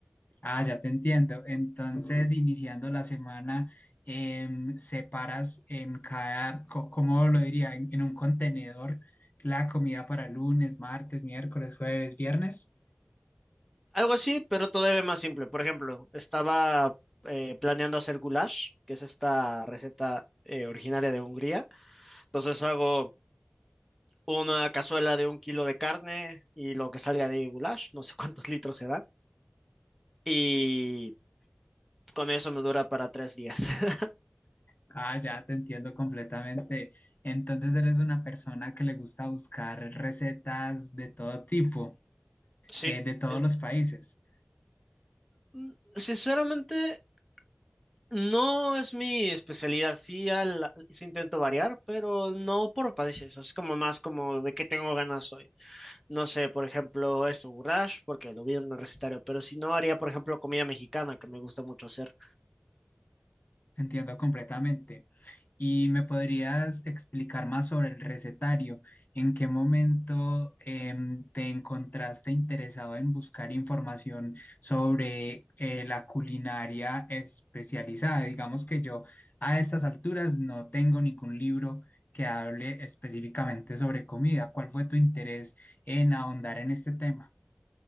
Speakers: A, on the left (about 45°); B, in the centre.
A: ah, ya te entiendo. Entonces, iniciando la semana, em, separas en cada, co- ¿cómo lo diría? En, en un contenedor la comida para lunes, martes, miércoles, jueves, viernes.
B: Algo así, pero todavía más simple. Por ejemplo, estaba eh, planeando hacer goulash, que es esta receta eh, originaria de Hungría Entonces hago una cazuela de un kilo de carne y lo que salga de goulash, no sé <laughs> cuántos litros se da. Y con eso me dura para tres días. <laughs>
A: Ah, ya te entiendo completamente. Entonces, eres una persona que le gusta buscar recetas de todo tipo,
B: Sí,
A: eh, de todos
B: eh,
A: los países.
B: mm, sinceramente no es mi especialidad. Sí, al- sí intento variar, pero no por países. Es como más como de qué tengo ganas hoy. No sé, por ejemplo, esto, goulash, porque lo vi en el recetario, pero si no, haría, por ejemplo, comida mexicana, que me gusta mucho hacer.
A: Entiendo completamente. ¿Y me podrías explicar más sobre el recetario? ¿En qué momento em, te encontraste interesado en buscar información sobre eh, la culinaria especializada? Digamos que yo a estas alturas no tengo ningún libro que hable específicamente sobre comida. ¿Cuál fue tu interés en ahondar en este tema?